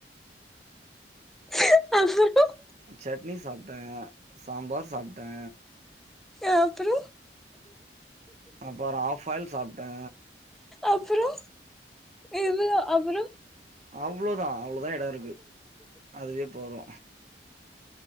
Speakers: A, in the centre; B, on the right.
A: <inaudible>
B: சட்னி சாப்ட்டே சாம்பார் சாப்ட்டே
A: ஆ அப்றோ
B: அப்றோ ஆஃப் ஆயல் சாப்ட்டே
A: அப்றோ இவ்ளோ அப்றோ
B: அவ்ளோதா அவ்ளோதா எடோ இருக்கு அதுவே போது